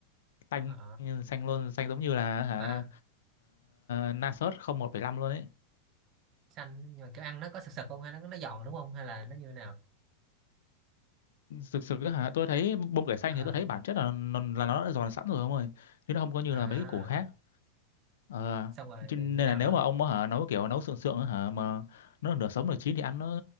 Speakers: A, on the left (about 85°); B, on the right (about 35°).
A: xanh
B: ờ,
A: xanh luôn xanh giống như là hả
B: mà
A: uh, na sốt không một bảy năm luôn ấy
B: xanh nhưng mà kiểu ăn nó có sực sực không hay nó nó giòn đúng không hay là nó như thế nào
A: thực sự á hả tôi thấy bông cải xanh
B: à,
A: thì tôi thấy bản chất là nó, là nó đã giòn sẵn rồi ông ơi chứ nó không có như
B: à
A: là mấy cái củ khác ờ
B: xong rồi
A: cho nên
B: như nào
A: là nếu
B: nữa
A: mà ông hả nấu kiểu nấu sượng sượng á hả mà nó nửa sống nửa chín thì ăn nó